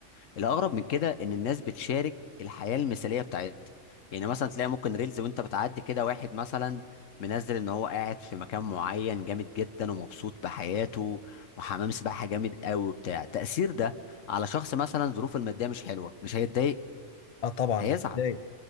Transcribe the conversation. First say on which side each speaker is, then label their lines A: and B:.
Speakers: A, on the left; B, on the left.
A: الاغرب من كده ان الناس بتشارك الحياه المثاليه بتاعتها يعني مثلا تلاقي ممكن ريلز وانت بتعدي كده واحد مثلا منزل ان هو قاعد في مكان معين جامد جدا ومبسوط بحياته وحمام سباحه جامد قوي وبتاع تاثير ده على شخص مثلا ظروفه الماديه مش حلوه مش هيتضايق
B: اه طبعا
A: هيزعل
B: هتضايق